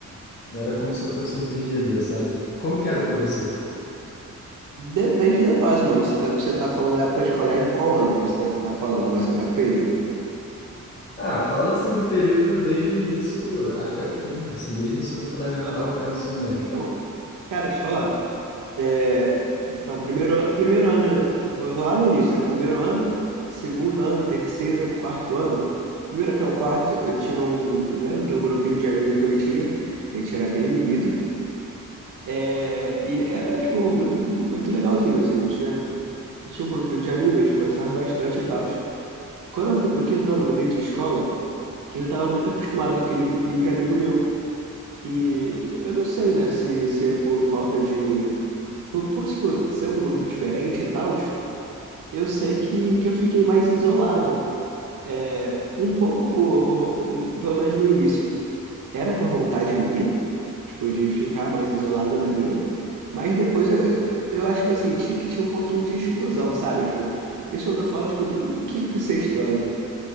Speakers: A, on the left; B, on the right.
A: não era como se eu fosse um perdedor, sabe? Como que era pra você?
B: Depende da fase, mano. Você tá, você tá falando época de colégio, qual ano que você tá, tá falando, mais ou menos, período?
A: Ah, fala assim do período desde o início até o fim, assim, desde o ensino fundamental
B: Aham.
A: até o ensino médio.
B: Não, cara, deixa eu te falar. É, então, primeiro, an- primeiro ano, eu tô- vou lá no início, né? Primeiro ano, segundo ano, terceiro, quarto ano. Do primeiro até o quarto, eu tinha um. Lembro de um grupinho de amigos que eu tinha, que a gente era bem unido. É, e era, tipo, muito, muito legalzinho, assim. Não tinha, não tinha um grupinho de amigos, a gente conversava bastante e tal. Quando eu fui pro quinto ano, eu mudei de escola. que eu tava muito acostumado com aquele grupinho de amigo meu. E, tipo, eu não sei, né, se, se é por falta de. Por, por, tipo, ser um grupo diferente e tal, eu sei que, que eu fiquei mais isolado. É, um pouco por, por- Pelo menos no início. Era por vontade minha, tipo, de ficar mais isolado na minha. Mas depois eu, eu, eu acho que eu senti que tinha um pouquinho de exclusão, sabe? Tipo, isso eu falo, tipo, do quinto e sexto ano.